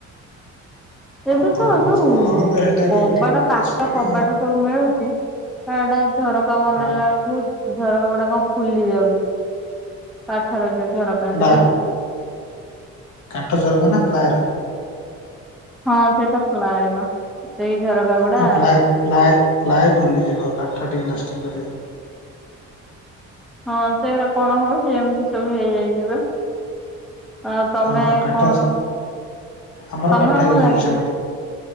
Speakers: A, in the centre; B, on the left.
A: ଏବେ
B: ଓହୋ
A: ତ
B: ହୋ
A: ଯୋଉ
B: ହଁ ତ ସେଇଟା
A: କବାଟ
B: ବିଭିନ୍ନ ପ୍ରକାର
A: କାଠ
B: ଆସିଲାଣି
A: କବାଟ ସବୁ ମିଳୁଛି ଅ ଏଟା ଝରକା ବନେଇଲା
B: ହଁ।
A: ବେଳକୁ ଝରକା ଗୁଡାକ ଫୁଲି ଯାଉଛି। କାଠର ଯୋଉ ଝରକା
B: ପ୍ଲା
A: ଯଦି ଭ
B: କାଠ ଝରକା ନା ପ୍ଲାଏର?
A: ହଁ ସେଟା ପ୍ଲାଏର, ସେଇ ଝରକା ଗୁଡା
B: ହଁ ପ୍ଲାଏ ପ୍ଲାଏ ପ୍ଲାଏ ଫୁଲିଯିବ, କାଠ ଟିକେ ଲାଷ୍ଟିଙ୍ଗ କରିବ।
A: ହଁ ସେଗୁଡ଼ା କଣ ହଉଛି ଏମିତି ସବୁ ହେଇଯାଇଚିବ। ଆଉ ତମେ
B: ହଁ କାଠ
A: କଣ
B: ଆମର
A: ତମର
B: କାଠ
A: କଣ
B: ୟୁଜ୍
A: ଲାଗିଛି।
B: ହେଇଛି ସବୁଆଡେ।